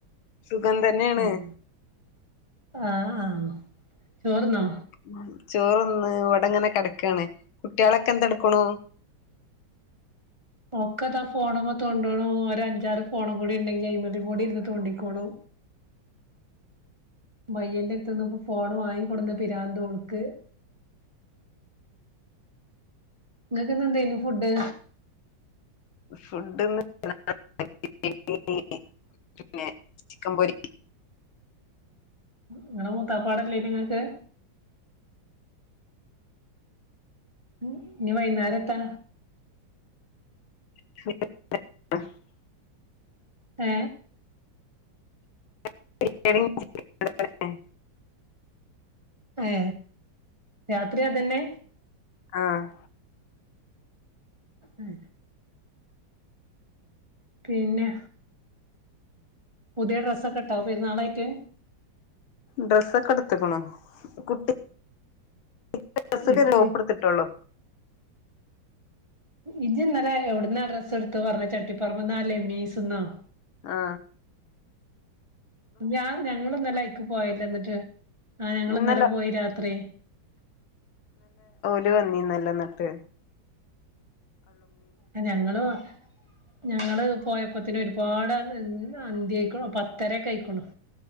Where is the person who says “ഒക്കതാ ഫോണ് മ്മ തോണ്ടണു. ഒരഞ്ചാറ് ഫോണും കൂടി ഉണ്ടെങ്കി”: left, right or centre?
Right